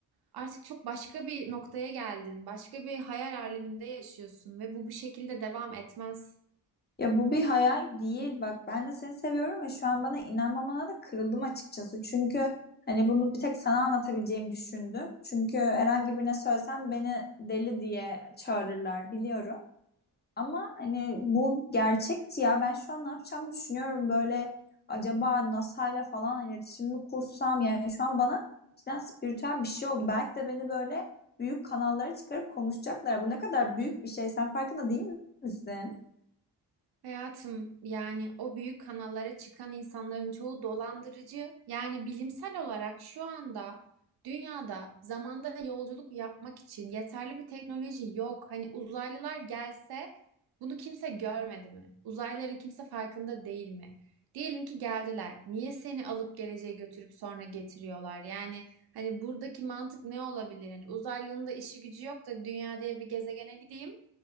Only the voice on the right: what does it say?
artık çok başka bir noktaya geldin. Başka bir hayal aleminde yaşıyorsun ve bu bu şekilde devam etmez.
Hayatım yani o büyük kanallara çıkan insanların çoğu dolandırıcı. Yani bilimsel olarak şu anda dünyada zamanda yolculuk yapmak için yeterli bir teknoloji yok. Hani uzaylılar gelse bunu kimse görmedi mi? Uzaylıların kimse farkında değil mi? Diyelim ki geldiler. Niye seni alıp geleceğe götürüp sonra getiriyorlar? Yani hani buradaki mantık ne olabilir? Hani uzaylının da işi gücü yok da dünya diye bir gezegene gideyim.